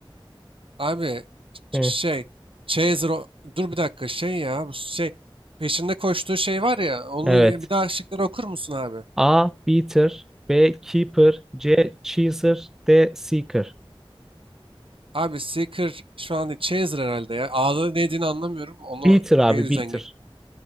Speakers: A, on the right; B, in the centre.
A: Abi ş-
B: Hı,
A: şey, Chaser... o- Dur bir dakika şey ya. Bu şey peşinde koştuğu şey var ya. Onu
B: evet.
A: bir daha şıkları okur musun abi?
B: A. Beater B. Keeper C. Cheeser D. Seeker
A: Abi Seeker şu an değil, Chaser herhalde ya. A'da ne dediğini anlamıyorum. Onu
B: Beater
A: o yüzden
B: abi Beater.
A: ge-